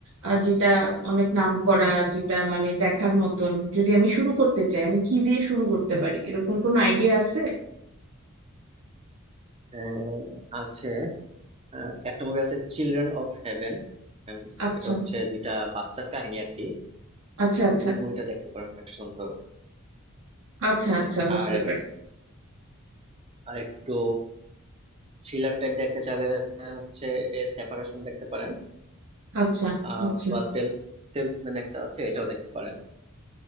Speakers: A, on the right; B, on the right.
A: আহ, যেটা অনেক নাম করা যেটা মানে দেখার মতন যদি আমি শুরু করতে চাই আমি কি দিয়ে শুরু করতে পারি এরকম কোনো আইডিয়া আছে
B: আহ, আছে আহ, একটা মুভি আছে চিলড্রেন অফ হেভেন
A: আচ্ছা
B: এটা হচ্ছে দুইটা বাচ্চার কাহিনী আর কি
A: আচ্ছা
B: ওই
A: আচ্ছা
B: ওই মুভিটা দেখতে পারেন অনেক সুন্দর
A: আচ্ছা আচ্ছা বুঝতে
B: আর
A: পারছি
B: আর একটু থ্রিলার টাইপ দেখতে চাইলে আহ, হচ্ছে সেপারেশন দেখতে পারেন
A: আচ্ছা
B: আহ,
A: আচ্ছা
B: অথবা সেলস সেলসম্যান একটা আছে এটাও দেখতে পারেন